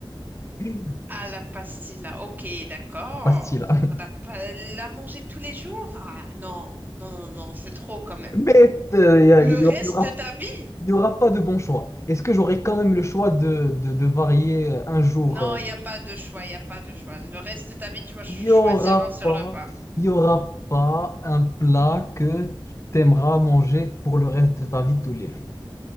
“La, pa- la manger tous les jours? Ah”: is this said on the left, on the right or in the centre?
Right